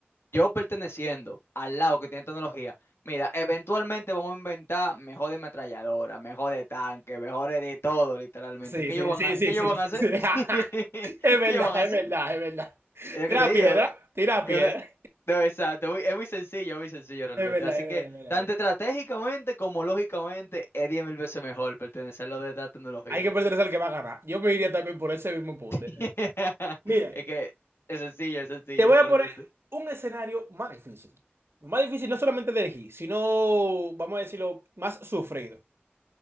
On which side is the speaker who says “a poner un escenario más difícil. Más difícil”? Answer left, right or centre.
Right